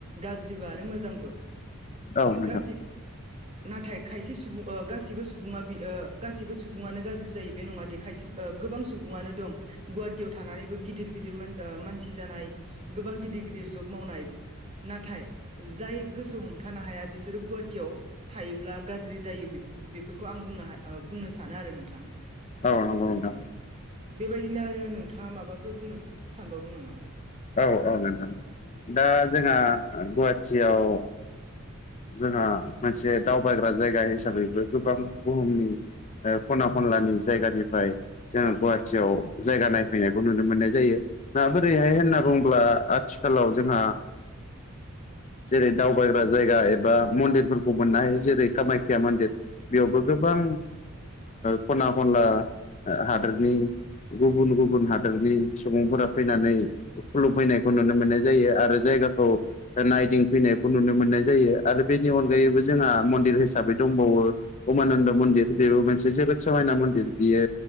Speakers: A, on the right; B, on the left.
A: गाज्रिबो आरो मोजांबो
B: औ नोंथां
A: गासि नाथाय खाय खायसे सुबुं गासैबो सुबुङा गासैबो सुबुङानो गाज्रि जायो बे नङाद खायसे गोबां सुबुङानो दं गुवाहाटियाव थानानैबो गिदिर गिदिर मानसि जानाय गोबां गिदिर गिदिर जब मावनाय नाथाय जाय गोसो हमथानो हाया बिसोरो गुवाटियाव थायोब्ला गाज्रि जायो बेफोरखौ आं बुंनो बुंनो सानो आरो नोंथां
B: औ नंगौ नोंथां
A: बेबायदिनो आरो नोंथाङा माबाफोर बुंनो सानबावदों नामा
B: औ औ नोंथां दा जोंहा गुवाहाटियाव जोंहा मोनसे दावबायग्रा जायगा हिसाबैबो गोबां बुहुमनि खना खनलानि जायगानिफ्राय जोङो गुवाहाटियाव जायगा नायफैनायखौ नुनो मोननाय जायो मा बोरैहाय होनना बुङोब्ला आथिखालाव जोंहा जेरै दावबायग्रा जायगा एबा मन्दिरफोरखौ मोननो हायो जेरै कामाख्या मन्दिर बेयावबो गोबां खना खनला हादोरनि गुबुन गुबुन हादोरनि सुबुंफोरा फैनानै खुलुमफैनायखौ नुनो मोननाय जायो आरो जायगाखौ नायदिंफैनायखौ नुनो मोननाय जायो आरो बेनि अनगायैबो जोंहा मन्दिर हिसाबै दंबावो उमानन्द मन्दिर बेबो मोनसे जोबोद समायना मन्दिर बियो